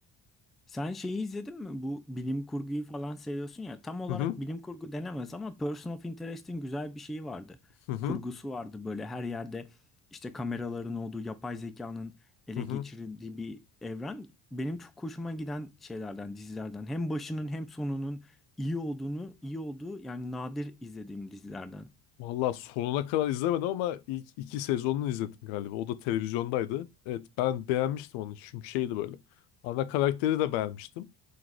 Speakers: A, in the centre; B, on the left (about 80°).
A: Sen şeyi izledin mi? Bu bilim kurguyu falan seviyorsun ya. Tam olarak
B: Hı hı
A: bilim kurgu denemez ama Person of Interest'in güzel bir şeyi vardı.
B: hı hı
A: Kurgusu vardı böyle her yerde işte kameraların olduğu yapay zekanın ele
B: hı. hı.
A: geçirdiği bir evren. Benim çok hoşuma giden şeylerden, dizilerden. Hem başının hem sonunun iyi olduğunu, iyi olduğu yani nadir izlediğim dizilerden.
B: Valla sonuna kadar izlemedim ama ilk iki sezonunu izledim galiba. O da televizyondaydı. Evet ben beğenmiştim onu çünkü şeydi böyle. Ana karakteri de beğenmiştim.